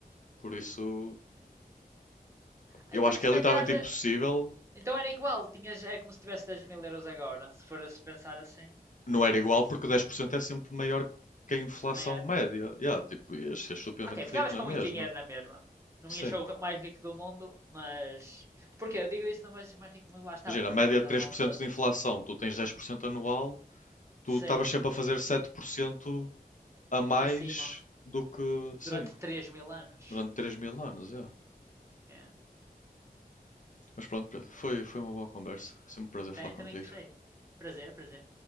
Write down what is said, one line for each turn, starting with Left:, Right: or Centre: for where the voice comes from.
Left: Por isso,
Right: Então
Left: eu acho
Right: se
Left: que é
Right: calhar,
Left: literalmente impossível.
Right: então era igual, tinhas, era como se tivesse dez mil euros agora, se fores pensar assim,
Left: Não era igual porque 10% é sempre maior que a inflação
Right: maior.
Left: média. Yeah, tipo, ias ser estupidamente
Right: Ok, ficavas
Left: rico na
Right: com
Left: mesma.
Right: muito dinheiro na mesma. Não
Left: Sim.
Right: ias ser o mais rico do mundo, mas... Porquê? Eu digo isso, não vais ser mais rico do mundo, lá está,
Left: Imagina,
Right: pela
Left: a média
Right: aquela razão
Left: de três por cento
Right: de...
Left: de inflação, tu tens 10% anual, tu
Right: Sim,
Left: estavas sempre a fazer 7% a mais
Right: acima
Left: do que, sim,
Right: durante 3 mil anos.
Left: durante 3 mil anos, yeah.
Right: É.
Left: Mas pronto, Pedro, foi, foi uma boa conversa. Sempre um prazer falar
Right: Também,
Left: contigo.
Right: também gostei. Prazer, prazer.